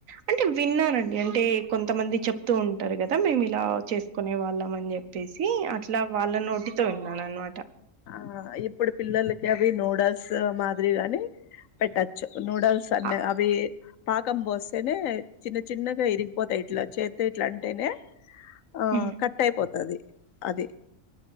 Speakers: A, on the right; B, on the left.
A: అంటే విన్నానండి అంటే కొంతమంది చెప్తూ ఉంటారు కదా మేము ఇలా చేస్త్ కొనే వాళ్ళం అని చెప్పేసి అట్లా వాళ్ళ నోటితో విన్నాను అనమాట
B: ఆ ఇప్పుడి పిల్లలకి అవి నూడల్స్ మాదిరి గాని పెట్టచ్ చ్చు నూడల్స్ అన్న
A: ఆ!
B: అవి పాకం పోస్తేనే చిన్న చిన్నగా ఇరిగిపోతాయ్ ఇట్లా చేత్ ఇట్లా అంటేనే ఆ
A: హ్మ్.
B: కట్ అయిపోతది అది